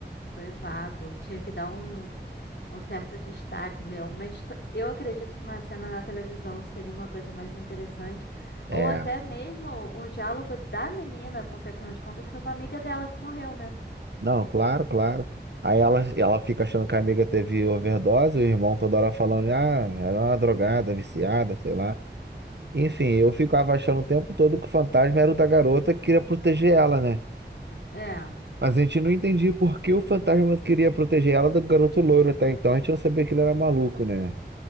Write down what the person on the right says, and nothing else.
É.
Não, claro, claro. Aí ela, ela fica achando que a amiga teve overdose, o irmão toda hora falando, ah, era uma drogada, viciada, sei lá. Enfim, eu ficava achando o tempo todo que o fantasma era o da garota que queria proteger ela, né?
Mas a gente não entendia por que o fantasma queria proteger ela do garoto louro até então. A gente não sabia que ele era maluco, né?